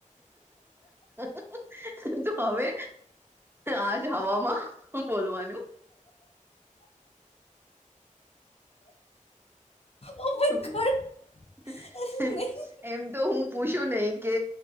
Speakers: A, on the right; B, on the left.
A: <inaudible> તો હવે આજ હવામાં બોલવાનું.
B: ઓ માય
A: હ <unintelligible>
B: ગોડ નહીં
A: એમ તો હું પૂછું નહી કે